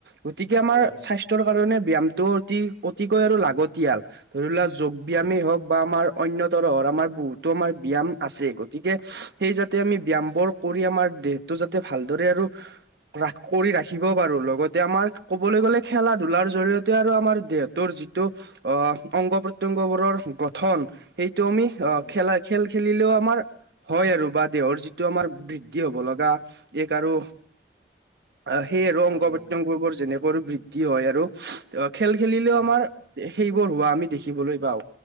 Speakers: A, on the right (about 70°); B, on the right (about 30°).
A: গতিকে আমাৰ
B: হয় হয়
A: স্বাস্থ্যৰ কাৰণে ব্যায়ামটো অতি অতিকৈ আৰু লাগতিয়াল ধৰি লোৱা যোগ ব্যায়ামেই
B: হয়
A: হওক বা আমাৰ অন্যতৰৰ, আমাৰ বহুতো আমাৰ ব্যয়াম আছে গতিকে সেই যাতে আমি ব্যয়ামবোৰ কৰি আমাৰ দেহটো যাতে ভালদৰে আৰু ৰা, কৰি ৰাখিব পাৰো লগতে আমাৰ ক'বলৈ গ'লে খেলা ধূলাৰ জৰিয়তে আৰু আমাৰ দেহ তোৰ যিটো অ, অংগ প্ৰত্যংগবোৰৰ গঠন সেইটো আমি
B: হয়
A: অ, খেলা খেল খেলিলেও আমাৰ হয় আৰু বা দেহৰ যিটো আমাৰ বৃদ্ধি হব লগা এক আৰু আ, সেই আৰু অং
B: হয় হয়
A: প্ৰত্যংগবোৰ যেনেকৈ বৃদ্ধি হয় আৰু খেল খেলিলেও
B: উম,
A: আমাৰ সেইবোৰ হোৱা আমি দেখিবলৈ পাওঁ